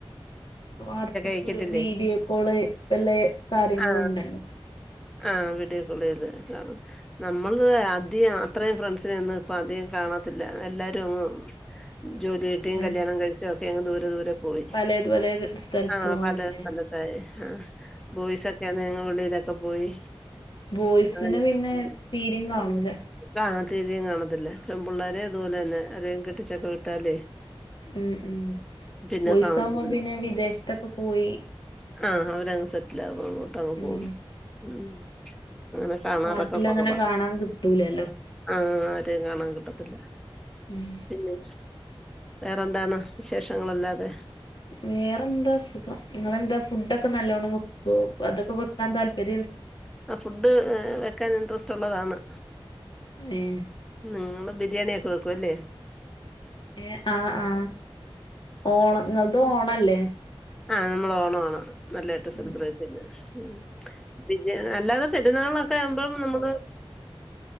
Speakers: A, on the left (about 55°); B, in the centre.
A: വാട്സആപ്പ്
B: അയക്കത്തില്ലേ
A: വീഡിയോ കോള് എല്ല കാര്യങ്ങളുണ്ടല്ലോ
B: ആ ആഹ് വീഡിയോ കോൾ ചെയ്ത് കാണും നമ്മൾത് അധി അത്രയും ഫ്രണ്ട്സിനെ ഒന്നും ഇപ്പ അധികം കാണാത്തില്ല എല്ലാരും അങ്ങ് ജോലി കിട്ടീം
A: ഉം
B: കല്ല്യാണം കഴിച്ചോക്കെ അങ്ങ് ദൂരെ ദൂരെ പോ പോയി
A: പലേത് പലേത് സ്ഥലത്തുമാണല്ലേ
B: ആഹ് പല പലതായി ആ ബോയ്സൊക്കെ <unintelligible> വെളീലൊക്കെ പോയി
A: ബോയ്സിനെ
B: അങ്ങനെ
A: പിന്നെ തീരീം കാണൂല
B: ആഹ് തീരീം കാണത്തില്ല പെമ്പിള്ളേരിം അതോലന്നെ ആരെലും കെട്ടിചൊക്കെ വിട്ടാലേ
A: ഉം ഉം
B: പിന്നെ
A: ബോയ്സാകുമ്പോ
B: കാണത്തില്ല
A: പിന്നെ വിദേശത്തൊക്കെ പോയി
B: ആഹ് അവരങ്ങ് സെറ്റിൽ ആവും അങ്ങോട്ടങ്ങ്
A: ഉം
B: പോകും ഉം അങ്ങനെ കാണാറൊക്കെ
A: നാട്ടിലങ്ങനെ
B: കൊറവാ
A: കാണാൻ കിട്ടൂലല്ലോ
B: ആഹ് ആരെയും കാണാൻ കിട്ടത്തില്ല
A: ഉം
B: പിന്നെ വേറെന്താണ് വിശേഷങ്ങളല്ലാരേം
A: വേറെന്താ സുഖം ഇങ്ങളെന്താ ഫുഡൊക്കെ നല്ലോണം വെക്കോ അതൊക്കെ വെക്കാൻ താല്പര്യണ്ടാ
B: ആഹ് ഫുഡ് വെക്കാൻ ഇൻട്രസ്റ്റ് ഉള്ളതാണ്
A: ഏഹ്
B: ഉം ങ്ങള് ബിരിയാണി ഒക്കെ വെക്കും ല്ലേ
A: ഏ ആഹ് ആഹ് ഓണ ങ്ങൾത് ഓണല്ലേ
B: ആഹ് മ്മള് ഓണാണ് നല്ലായിട്ട് സെലിബ്രേറ്റ്
A: ഉം
B: ചെയ്യല് ഉം ബിരിയാ അല്ലാതെ പെരുന്നാൾനൊക്കെ ആവുമ്പം നമ്മള്
A: !!!!